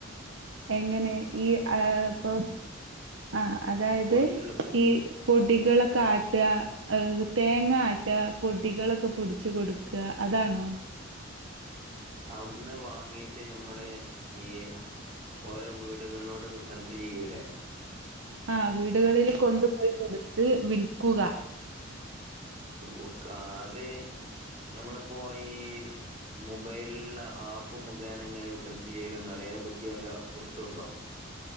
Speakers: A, on the right; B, on the right.
A: എങ്ങനെ ഈ ആ ഇപ്പൊ ആ അതായത്
B: പൊടികള് പൊ
A: ഈ പൊടികളൊക്കെ ആട്ട, ആ തേങ്ങ
B: ഉം
A: ആട്ട പൊ പൊടികളൊക്കെ പൊടിച്ചു കൊടുക്ക അതാണോ?
B: അവ്ടുന്ന് വാങ്ങിയിട്ട് നമ്മള് ഈ ഓരോ വീടുകളിലോടെ ബിസൻസ് ചെയ്യൂല്ലേ
A: ആ വീടുകളിൽ കൊണ്ടുപോയി കൊടുത്ത് വിൽക്കുക.
B: വിക് അത് ഞമ്മളിപ്പോ ഈ മുബൈലിലുള്ള ആപ്പ് മുഖേന എങ്ങനെ ബിസിനസ് ചെയ്യലെന്ന് അറിയതിനെ പറ്റിയ വല്ല പു ടുത്തംണ്ടോ?